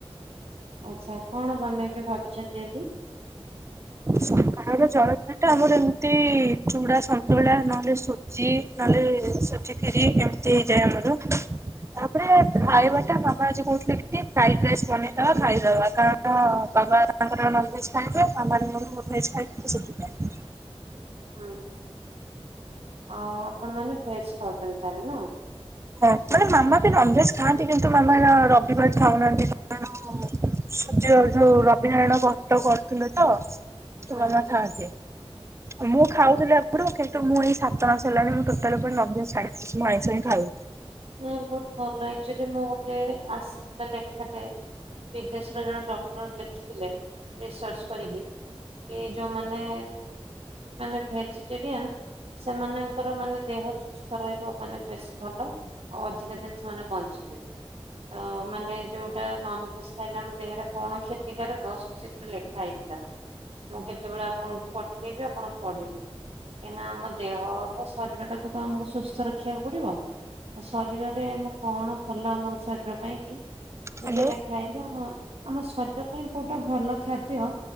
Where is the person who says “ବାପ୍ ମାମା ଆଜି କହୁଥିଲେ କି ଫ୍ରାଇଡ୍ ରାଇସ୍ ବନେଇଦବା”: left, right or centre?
Right